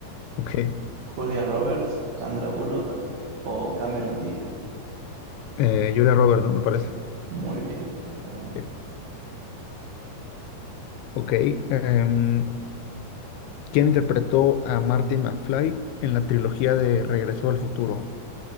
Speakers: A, on the left (about 85°); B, on the right (about 65°).
A: Ok.
B: Julia Roberts, Sandra Bullock o Cameron Díaz.
A: Eh, Julia Roberts, ¿no? Me parece.
B: Muy bien, exactamente.
A: Ok. ok, em, ¿Quién interpretó a Martin McFly en la trilogía de Regreso al Futuro?